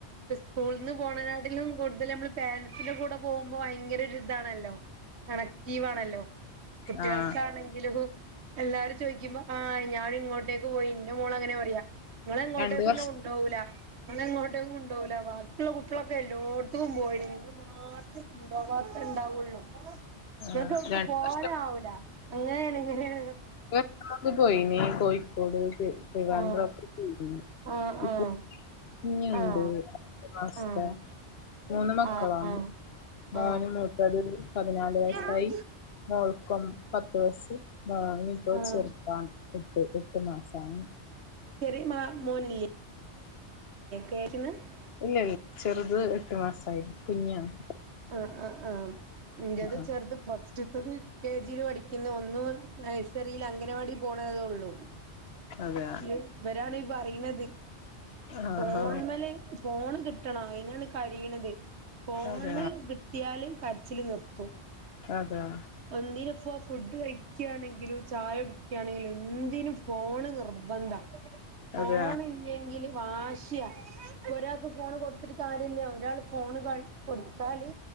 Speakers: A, on the right (about 70°); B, on the left (about 60°).
A: സ്കൂളിന്ന് പോകാനാണെകിലും കൂടുതൽ നമ്മള് പേരൻസിന്റെ കൂടെ പോകുമ്പോ ഭയങ്കരൊര്താണല്ലോ കണക്റ്റീവാണല്ലോ കുട്ട്യേൾക്കാണെങ്കിലും
B: ആഹ്
A: എല്ലാരും ചോയ്ക്കുമ്പോ ആ ഞാൻ ഇങ്ങോട്ടേക്ക് പോയി ന്റെ മോളങ്ങനെ പറയാ ങ്ങൾ എങ്ങോട്ടേക്കും
B: രണ്ട് വർഷം
A: ഇന്നെ കൊണ്ടോവുല ഇങ്ങൾ എങ്ങോട്ടേക്കും കുണ്ടോവൂല വാ കുള്ള കുട്ടികളൊക്കെ എല്ലോട്ത്തും പോയി നിങ്ങൾ മാത്രം കുണ്ടാകാത്ത ഉണ്ടാവുള്ളു
B: ആഹ്
A: നിങ്ങക്ക് എട്ക്കും
B: രണ്ട്
A: പോവാനും
B: വർഷം
A: ആവുല അങ്ങനെണ് ഇങ്ങനെണ്
B: <unintelligible> പോയിനി കോഴിക്കോട് ട്രിവാൻഡ്രം
A: ആഹ്
B: ഒക്കെ
A: ആഹ്
B: ഇപ്പൊ
A: ആഹ്
B: <unintelligible>
A: ആഹ് ആഹ്
B: മൂന്ന് മക്കളാണ്
A: ആഹ് ആഹ്
B: മോനും
A: ആഹ്
B: മൂ ത് പതിനാല് വയസ്സായി
A: ഉം
B: മോൾക്കം പത്ത് വയസ്സ് മാമി <unintelligible>
A: ആഹ്
B: ചേർതാണ് വിട്ട് എട്ട് മാസായി
A: ചെറി മാ മോനില്ലെ <unintelligible>
B: ഇല്ലല്ല ചെറുത് എട്ട് മാസായി കുഞ്ഞി ആണ്
A: ആഹ് ആഹ് ആഹ് എന്റെത്
B: ആഹ്
A: ചെറ്ത് ഫസ്റ്റ്ത്തത് കെ ജിൽ പഠിക്കുന്ന ഒന്ന് നൈസറിയിൽ അംഗനവാടി പോണതേ ഉള്ളൂ
B: അതെ
A: ഇവരാണ് ഈ പറയുന്നത്
B: ആഹ്
A: ഫോൺമല്
B: ആഹ്
A: ഫോൺ കിട്ടണ അയ്നാണ് കരയണത് ഫോണ്
B: അതെയാ
A: കിട്ടിയാൽ കരച്ചില് നിർത്തും
B: അതെയാ
A: എന്തിന്പ്പോ ഫുഡ് കഴിക്കാണെങ്കിലും ചായ കുടിക്കാണെങ്കിലും എന്തിനും ഫോണ് നിർബ ബന്ധ ഫോണില്ലെങ്കില്
B: അതെയാ
A: വാശിയാ. ഒരാക്ക് ഫോ ഫോണ്കൊടുത്തിട്ട് കാര്യല്ല ഒരാൾ ഫോണ് കയ്യി കൊടുത്താല്